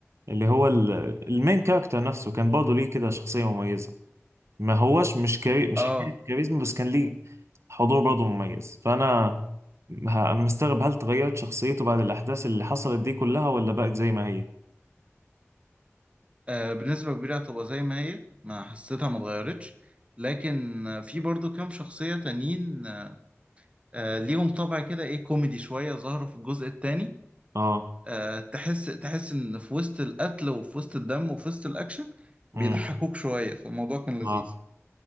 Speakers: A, on the right (about 70°); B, on the right (about 25°).
A: اللي هو ال- المين كاركتر نفسه كان برضه ليه كده شخصية مميزة ما هوش مش كاري... مش
B: اه
A: حكاية كاريزما بس كان ليه حضور برضه مميز فأنا ه- أنا مستغرب هل تغيرت شخصيته بعد الأحداث اللي حصلت دي كلها ولا بقت زي ما هي؟
B: آه، بنسبة كبيرة هتبقى زي ما هي ما حسيتها ما اتغيرتش لكن آه، في برضو كام شخصية تانيين آه، ليهم طبع كده ايه كوميدي شوية ظهروا في الجزء التاني
A: اه
B: آه، تحس تحس ان في وسط القتل وفي وسط الدم وفي وسط الاكشن
A: امم
B: بيضحكوك شوية فالموضوع كان
A: اه
B: لذيذ